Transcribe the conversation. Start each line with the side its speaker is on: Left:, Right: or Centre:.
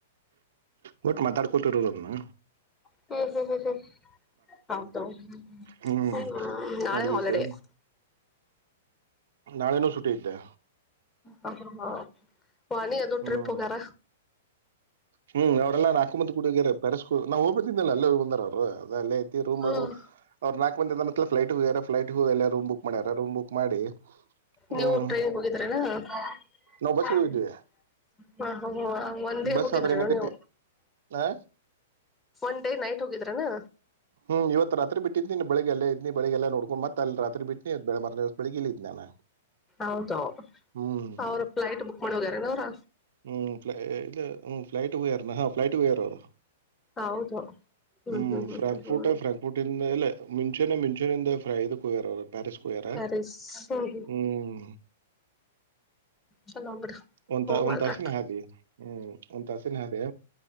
Right: ಬಟ್ ಮಾತಾಡ್ಕೊತಿರೋದದನ್ನು
Left: ಹ್ಮ್ ಹ್ಮ್ ಹ್ಮ್ ಹ್ಮ್ ಹೌದು
Right: ಹ್ಮ್
Left: ನಾಳೆ
Right: ನಡದಿದ್ದೆ
Left: ಹಾಲಿಡೇ
Right: ನಾಳೆನೂ ುಟಿ ಇದ್ದೆ
Left: ಹ ಹ ಹ ವಾಣಿ ಅದು
Right: ಹ್ಮ್
Left: ಟ್ರಿಪ್ ವಗರ
Right: ಹ್ಮ್ ಅವರೆಲ್ಲಾ ನಾಕಂಬತ್ ಕುಡಡುಗ್ಯಾರೆ ಪೆಸ್ ನಾವು ಹೋಗಬತಿದ್ದಿಲ್ಲ ಅ ಒ ಅ ಅಲ್ಲ ಐ ರೂಮ
Left: ಹ್ಮ್
Right: ಅ ಅವರು ನಾಲ್ಕು ಮಂದ ಎ ಫ್ಲೈಟ್ ಎರ ಫ್ಲೈಟ್ಗು ಎಲ್ಲ ರೂಮ್ ಬುಕ್ ಮಾಡಿಾರ ರೂ್ ಬುಕ್ ಮಾಡಿ ಹ್ಮ್
Left: ನೀವು ಟ್ರೈನಿಗೆ ಹೋಗಿದ್ರನಾ ಹ
Right: ನಾವ್ ಬಸ್ಸಿಗೆ
Left: ಹ
Right: ಹೋಗಿದ್ವಿ
Left: ಹ್ಮ ಒಂದ ೇ
Right: ಬಸ್
Left: ಹೋಗಿದ್ರಿ
Right: ಆದ್ರ ಏನಕತಿ
Left: ನೀವು
Right: ಆ
Left: ಒನ್ ಡೇ ನೈಟ್ ಹೋಗಿದ್ರನಾ
Right: ಹ್ಮ್ ಇವತ್ ರಾತ್ರಿ ಬಿಟ್ಟಿದ್ನಿನ್ ಬೆಳಗ್ ಎಲ್ಲ ಇದ್ಿ ಬೆಳಗ್ಗೆಲ್ಲ ನೋಡ್ಕೊಂಡ್ ಮತ್ ಅಲ್ಲಿ ರತ್ರಿ ಬಿಟ್ನಿ್ಳ ಮ ದಿವಸ ಬೆಳಗ್ಗ ಇಿದ್ ನಾನಾ
Left: ಹೌದು
Right: ಹ್ಮ್
Left: ಅವ್ರ ಫ್ಲೈಟ್ ಬುಕ್ ಮಾಡಿ ಹೋಗ್ಯಾರೇನ ಅವ್ರ
Right: ಹ್ಮ್ ್ಲೈಟ್ಗೋಗಾರ ಹ ಫ್ಲೈಟ್ ವೇರ್ದ
Left: ಹೌದು ಹ್ಮ್
Right: ಹ್ಮ
Left: ಹ್ಮ್ ಹ್ಮ್
Right: ಫ್ರಾಂಕ್ಫರ್ಟ್
Left: ಹ್ಮ್ ಹ್ಮ್
Right: ಫ್ರಾಂಕ್ಫುರ್ಟ್ ಎಲ್ಲ ಮಿಂಚೂನ ಮಿಂಚೂನಿಂದ ಫ್ರೈ ಇದು ಕುಯ್ಯಾರ ಪ್ಯಾರಿಸ್ ಕುಯ್ಯಾರ
Left: ಪ್ಯಾರಿಸ್ ಹ್ಮ್
Right: ಹ್ಮ್
Left: ಚಲೋ ಬಿಡು
Right: ಒ
Left: ಹೋಗಲ್ರಕ್
Right: ಒಂದ ತಾಸಿನ ಹಾಗೆ ಒಂತಾಸನೆ ಅದೇ